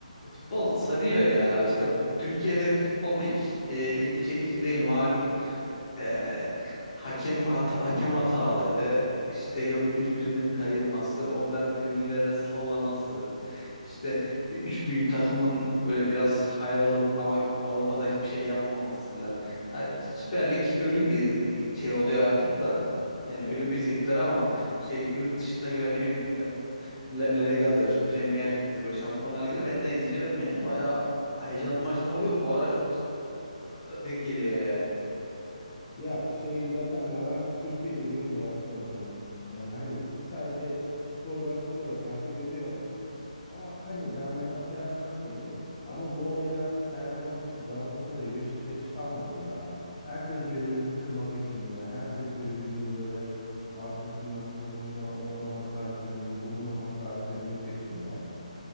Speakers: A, on the left; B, on the left.
A: futbol sarıyor ya. İşte b- Türkiye'deki futbol pek e, ilgi çekici değil malum e, hakem hata, hakem hataları işte yok birbirinin kayırması onların birbirlerine sallaması işte bir, üç büyük takımın böyle biraz ayrılıp ama Avrupa'da hiçbir şey yapmaması filan. Ha, Süper Lig ölü bir şey oluyor artık da. Yani ölü bir sektör ama şey yurt dışındaki böyle ne bileyim La, La- La Liga'dır, Premier Lig'dir, böyle Şampiyonlar Ligi'dir. Ben de izliyorum yani. Bayağı heyecanlı maçlar oluyor. Bu ara çok sık- denk geliyor yani.
B: Ya şey zaten ben artık Türkiye Ligi'ni bıraktım Emrem. Ee, hani sadece skordan skora takip ediyorum. Ama hani ben mesela Fenerbahçeliyim. Ama bu olayın artık Fenerbahçe'si, Galatasaray'ı, Beşiktaş'ı kalmadı ya. Herkes birbirini kırma peşinde. Herkes birbirinin böyle arkasından konuşma, o ona hakaret edeyim, bu buna hakaret edeyim peşinde.